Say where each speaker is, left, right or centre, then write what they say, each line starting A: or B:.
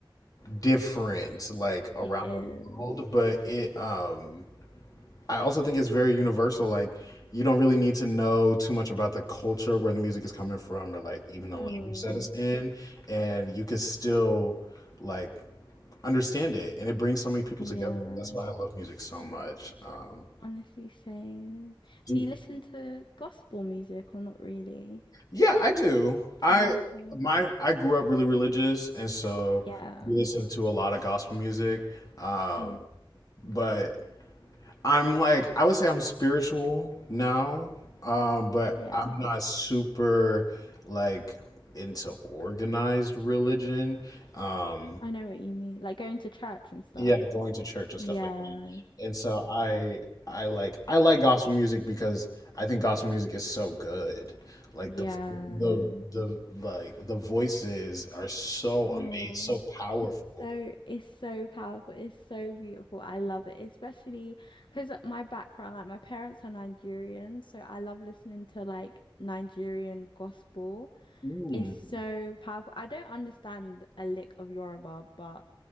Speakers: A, on the left; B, on the left.
A: different, like around
B: It is.
A: the world, but it um. I also think it's very universal. Like, you don't really need to know too much about the culture where the music is coming from, or like even
B: Mm.
A: the language that it's in, and you can still like understand it. And it brings so many people
B: Yeah.
A: together. That's why I love music so much. Um,
B: Honestly, same.
A: do-
B: Do you listen to gospel music or not really?
A: yeah, I do. I
B: Oh, okay.
A: my I grew up really religious, and so
B: Yeah.
A: we listened to a lot of gospel music. Um,
B: Mm.
A: but I'm like I would say I'm spiritual now, um, but
B: Yeah.
A: I'm not super like into organized religion. Um,
B: I know what you mean. Like going to church and stuff.
A: yeah, going to church and
B: Yeah.
A: stuff like that. And so I I like I like gospel music because I think gospel music is so good. Like
B: Yeah.
A: the the the like the voices are so
B: Oh.
A: amazing, so powerful.
B: So it's so powerful. It's so beautiful. I love it, especially because my background, like my parents are Nigerian, so I love listening to like Nigerian gospel.
A: Mm,
B: It's so powerful. I don't understand a lick of Yoruba, but